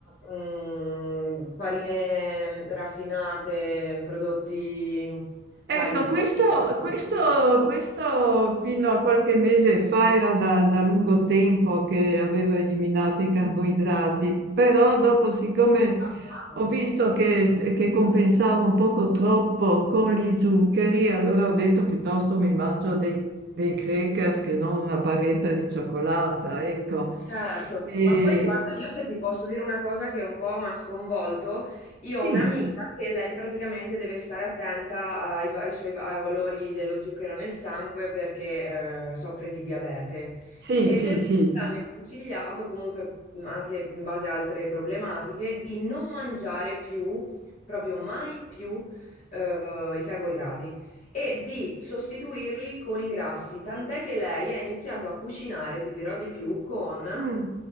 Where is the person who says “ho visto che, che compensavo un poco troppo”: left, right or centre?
Right